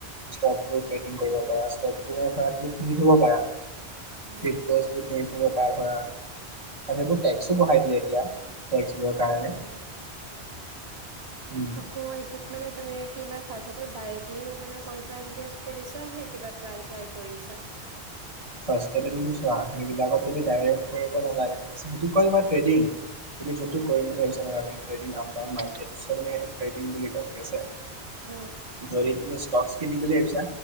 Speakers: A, on the right; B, on the right.
A: ষ্টকবোৰ ট্ৰেডিং কৰিব পাৰা। ষ্টকবোৰে, ধৰা, তুমি কিনি থ'ব পাৰা।
B: উম
A: ক্ৰিপ্ট'জবোৰ কিনি থ'ব পাৰা ধৰা, আৰে, সেইবোৰ টেক্সো বঢ়াই দিলে এতিয়া টেক্সবোৰৰ, কাৰণে
B: উম
A: উম
B: আকৌ এইটোত মানে তুমি কিবা ফাৰ্ষ্টতে তুমি ডাইৰেক্টলি মানে পইচা ইনভেষ্ট কৰিছা নে কিবা ট্ৰাই-শ্ৰাই কৰিছা?
A: ফাৰ্ষ্টতে তুমি চোৱা এইবিলাকত তুমি ডাইৰেক্ট কৰিব নালাগে, ঠিক আছে। সেইটো কয় তোমাৰ ট্ৰেডিং। তুমি যোন্তু
B: উম
A: কৰিম বুলি ভাবিছা নালাগে। ট্ৰেডিং আপ ডাউন হয়। <inaudible> ট্ৰেডিং বুলি কয় ঠিক আছে।
B: অ'।
A: যদি তুমি ষ্টকছ কিনিম বুলি ভাবিছা?